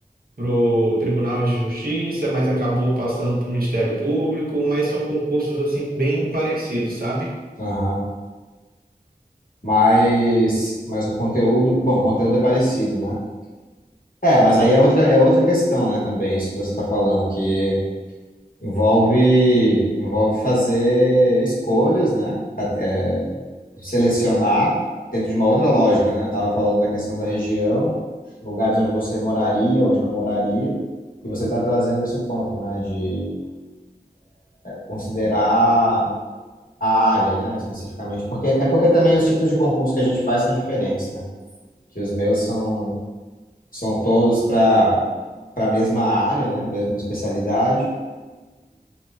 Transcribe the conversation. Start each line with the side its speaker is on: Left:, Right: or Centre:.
Right: para o Tribunal de Justiça, mas acabou passando para o Ministério Público, mas são concursos assim bem parecidos, sabe?
Left: aham. Mas, mas o conteúdo, bom, o conteúdo é parecido, né? É, mas aí é outra, é outra questão, né, também, isso que você está falando, que Envolve, envolve fazer escolhas, né? Ca- é, selecionar dentro de uma outra lógica, né? Eu estava falando da questão da região, lugares onde você moraria, onde não moraria, e você está trazendo esse ponto, né? De considerar a área, né? Especificamente, porque é porque também os tipos de concurso que a gente faz são diferentes, né? Que os meus são são todos para para a mesma área, né? Mesma especialidade.